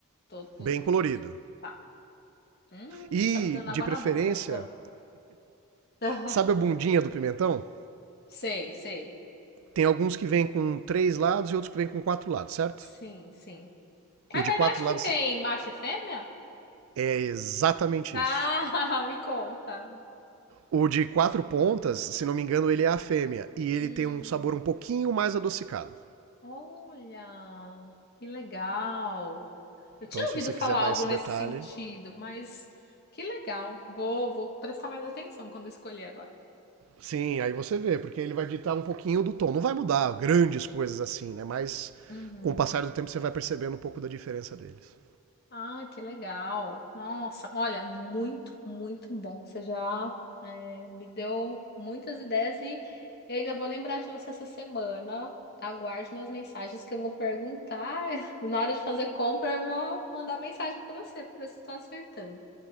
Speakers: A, on the left (about 45°); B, on the right (about 70°).
A: Todo,
B: Bem colorido.
A: todo. Tá. Hum,
B: E,
A: tá me dando água
B: de preferência,
A: na boca já. Ah. <laughs>
B: sabe a bundinha do pimentão?
A: Sei, sei.
B: Tem alguns que vêm com três lados e outros que vêm com quatro lados, certo?
A: Sim, sim.
B: O
A: É verdade
B: de quatro lados
A: que tem macho e fêmea?
B: é exatamente
A: Ah,
B: isso.
A: <laughs> me conta.
B: O de quatro pontas, se não me engano, ele é a fêmea e ele
A: Hum,
B: tem um sabor um pouquinho mais adocicado.
A: olha, que legal. Eu tinha
B: Então, se
A: ouvido
B: você
A: falar
B: quiser dar
A: algo
B: esse
A: nesse
B: detalhe,
A: sentido, mas que legal. Vou, vou prestar mais atenção quando escolher agora.
B: sim, aí você vê, porque ele vai ditar um pouquinho do tom. Não vai mudar grandes coisas assim, né? Mas
A: Uhum.
B: com o passar do tempo você vai percebendo um pouco da diferença deles.
A: Ah, que legal. Nossa, olha, muito, muito bom. Você já eh, me deu muitas ideias e eu ainda vou lembrar de você essa semana. Aguarde minhas mensagens que eu vou perguntar. <laughs> Na hora de fazer compra, eu vou mandar mensagem para você para ver se estou acertando.